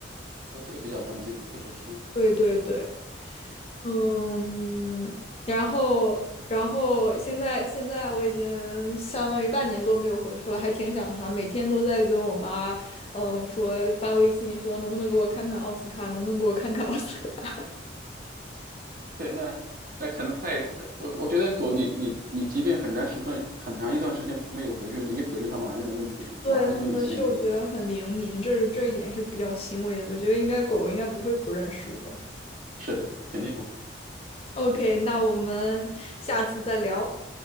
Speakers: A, on the right; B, on the left.
A: 哦，这个比较关键，确实是。
B: 对对对，嗯，然后然后现在现在我已经相当于半年多没有回去了，还挺想他，每天都在跟我妈，嗯，说发微信说能不能给我看看奥斯卡，能不能给我看看奥斯卡。
A: 对，那那可能他也，我我觉得狗你，你你即便很长时段很长一段时间没有回去，你一回去，它马上就能认出你，
B: 对，
A: 马上就跟你亲热。
B: 它们的嗅觉很灵敏，这是这一点是比较欣慰的。我觉得应该狗狗应该不会不认识我。
A: 是的，肯定不会。
B: OK，那我们下次再聊。